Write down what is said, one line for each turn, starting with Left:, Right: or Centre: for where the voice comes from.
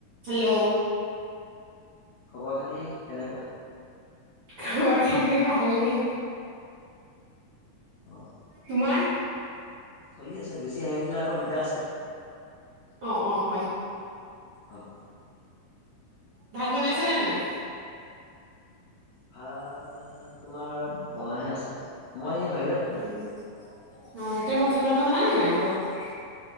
Right: হেল্ল'।
Left: খবৰ খাতি কেনেকুৱা?
Right: খবৰ খাটি ভালে।
Left: অ'
Right: তোমাৰ
Left: চলি আছে, বেছি হাহি দিলে আকৌ দিগদাৰ আছে।
Right: অ', অ', হয়।
Left: অ'
Right: ভাত বনাইছা নে নাই?
Left: ভাত তোমাৰ বনাই হে আছে। মই এই বাহিৰত আছো।
Right: উম, অ', তুমি ভাত চাত বনাব জানা নে নাই? <unintelligible>